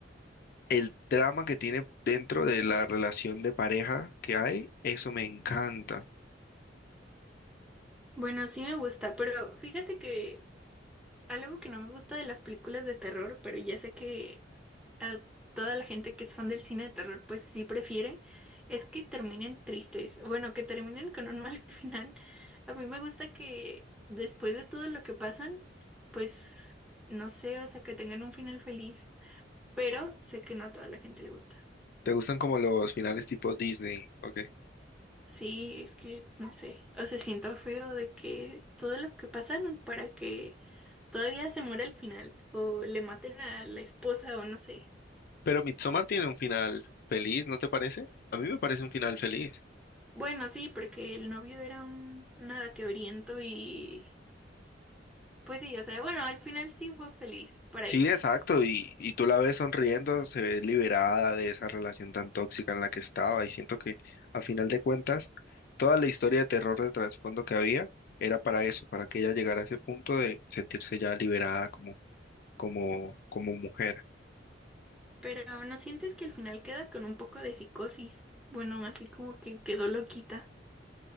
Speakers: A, on the left (about 50°); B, in the centre.
A: el drama que tiene dentro de la relación de pareja que hay. Eso me encanta.
B: Bueno, sí me gusta, pero fíjate que Algo que no me gusta de las películas de terror, pero ya sé que a toda la gente que es fan del cine de terror, pues sí prefiere, es que terminen tristes. Bueno, que terminen con un mal <laughs> final. A mí me gusta que después de todo lo que pasan, pues no sé, o sea, que tengan un final feliz. Pero sé que no a toda la gente le gusta.
A: ¿Te gustan como los finales tipo Disney? Ok.
B: Sí, es que no sé. O sea, siento feo de que todo lo que pasaron para que todavía se muera al final o le maten a la esposa o no sé.
A: Pero Midsommar tiene un final feliz, ¿no te parece? A mí me parece un final feliz.
B: Bueno, sí, porque el novio era un nada quebriento y pues sí, o sea, bueno, al final sí fue feliz para
A: Sí,
B: ella,
A: exacto, y, y tú la ves sonriendo, se ve liberada de esa relación tan tóxica en la que estaba, y siento que a final de cuentas, toda la historia de terror de trasfondo que había era para eso, para que ella llegara a ese punto de sentirse ya liberada como, como, como mujer.
B: pero ¿no sientes que al final queda con un poco de psicosis? Bueno, así como que quedó loquita.